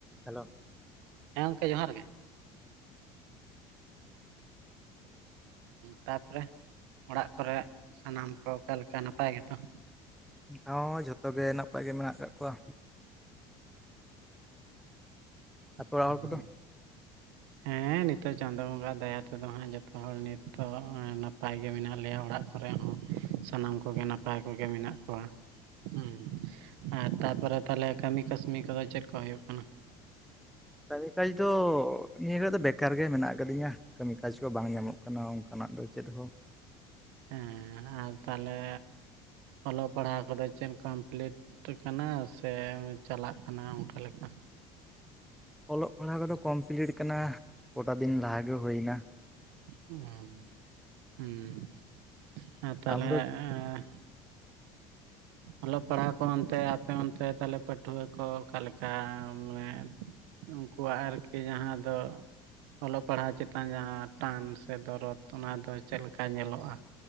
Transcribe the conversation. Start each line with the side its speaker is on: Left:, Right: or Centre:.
Centre: Hello
Right: ᱦᱮᱸ ᱜᱚᱢᱠᱮ ᱡᱚᱦᱟᱨ ᱜᱮ ᱛᱟᱯᱚᱨᱮ ᱚᱲᱟᱜ ᱠᱚᱨᱮ ᱥᱟᱱᱟᱢ ᱠᱚ ᱚᱠᱟᱞᱮᱠᱟ ᱱᱟᱯᱟᱭ ᱜᱮᱛᱚ᱾
Centre: ᱦᱚᱸ ᱡᱷᱚᱛᱚ ᱜᱮ ᱱᱟᱯᱟᱭ ᱜᱮ ᱢᱮᱱᱟᱜ ᱟᱠᱟᱜ ᱠᱚᱣᱟ᱾ ᱟᱛᱳ
Right: ᱦᱩᱸ
Centre: ᱚᱲᱟᱜ ᱦᱚᱲ ᱠᱚᱫᱚ
Right: ᱦᱩᱸ ᱦᱮᱸ ᱱᱤᱛᱚᱜ ᱪᱟᱸᱫᱳ ᱵᱚᱸᱜᱟ ᱟᱜ ᱫᱟᱭᱟ ᱛᱮᱫᱚ ᱦᱟᱸᱜ ᱡᱚᱛᱚ ᱦᱚᱲ ᱱᱤᱛᱚᱜ ᱱᱟᱯᱟᱭ ᱱᱟᱯᱟᱭ ᱜᱮ ᱢᱮᱱᱟᱜ ᱞᱮᱭᱟ ᱚᱲᱟᱜ ᱠᱚᱨᱮ ᱦᱚᱸ ᱥᱟᱱᱟᱢ ᱠᱚᱜᱮ ᱱᱟᱯᱟᱭ ᱠᱚᱜᱮ ᱢᱮᱱᱟᱜ ᱠᱚᱣᱟ᱾ ᱦᱮᱸ ᱟᱨ ᱛᱟᱯᱚᱨᱮ ᱛᱟᱦᱚᱞᱮ ᱠᱟᱹᱢᱤ ᱠᱟᱹᱥᱱᱤ ᱠᱚᱫᱚ ᱪᱮᱫ ᱠᱚ ᱦᱩᱭᱩᱜ ᱠᱟᱱᱟ?
Centre: ᱠᱟᱹᱢᱤ ᱠᱟᱡᱽ ᱫᱚ ᱱᱤᱭᱟᱹ ᱨᱮᱫᱚ ᱫᱚ ᱵᱮᱠᱟᱨ ᱜᱮ ᱢᱮᱱᱟᱜ ᱟᱠᱟᱫᱤᱧᱟ ᱠᱟᱹᱢᱤ ᱠᱟᱡᱽ ᱠᱚ ᱵᱟᱝ ᱧᱟᱢᱚᱜ ᱠᱟᱱᱟ᱾ ᱠᱟᱱᱟ ᱚᱱᱠᱟᱱᱟᱜ ᱫᱚ ᱪᱮᱫ ᱦᱚᱸ
Right: ᱦᱮᱸ ᱟᱨ ᱛᱟᱦᱚᱞᱮ ᱚᱞᱚᱜ ᱯᱟᱲᱦᱟᱣ ᱠᱚᱫᱚ ᱪᱮᱫ ᱠᱚᱢᱯᱞᱤᱴ ᱠᱟᱱᱟ ᱥᱮ ᱪᱟᱞᱟᱜ ᱠᱟᱱᱟ ᱚᱱᱠᱟ ᱞᱮᱠᱟ᱾
Centre: ᱚᱞᱚᱜ ᱯᱟᱲᱦᱟᱣ ᱠᱚᱫᱚ ᱠᱚᱢᱯᱞᱤᱴ ᱠᱟᱱᱟ ᱜᱚᱴᱟ ᱫᱤᱱ ᱞᱟᱦᱟᱜᱮ ᱦᱩᱭ ᱮᱱᱟ᱾
Right: ᱚᱸ ᱩᱸ ᱟᱨ ᱛᱟᱦᱚᱞᱮ,
Centre: ᱟᱢ ᱫᱚ
Right: ᱮᱸ ᱚᱞᱚᱜ ᱯᱟᱲᱦᱟᱣ ᱠᱚ ᱚᱱᱛᱮ ᱟᱯᱮ ᱚᱱᱛᱮ ᱛᱟᱦᱚᱞᱮ ᱯᱟᱹᱴᱷᱩᱣᱟᱹ ᱠᱚ ᱚᱠᱟ ᱞᱮᱠᱟ ᱢᱟᱱᱮ ᱩᱱᱠᱩᱣᱟᱜ ᱟᱨᱠᱤ ᱡᱟᱦᱟᱸ ᱫᱚ ᱚᱞᱚᱜ ᱯᱟᱲᱦᱟᱣ ᱪᱮᱛᱟᱱ ᱡᱟᱸᱦᱟᱸ ᱴᱟᱱ ᱥᱮ ᱫᱚᱨᱚᱫ ᱚᱱᱟ ᱫᱚ ᱪᱮᱫ ᱞᱮᱠᱟ ᱧᱮᱞᱚᱜ-ᱟ,